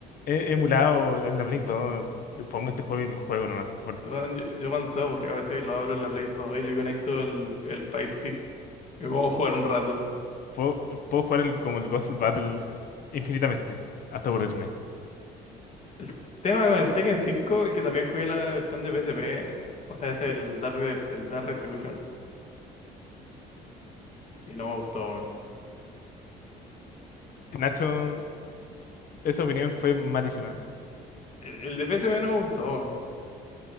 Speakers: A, on the left; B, on the left.
A: eh, emulado en la Play 2. Pongo este juego y lo juego nomás.
B: Weón, yo, yo cuando estoy aburrido a veces lo abro en la Play 2 y le conecto el, el Fire Stick y vamos a jugar un rato.
A: Puedo, puedo jugar el, como el Ghost Battle eh, infinitamente, hasta aburrirme.
B: El tema con el Tekken 5 es que también jugué la versión de PSP. O sea, es el Dark, Ret- el Dark Retribution. Y no me gustó, weón.
A: Nacho, esa opinión fue malísima.
B: El, el de PSP no me gustó, weón.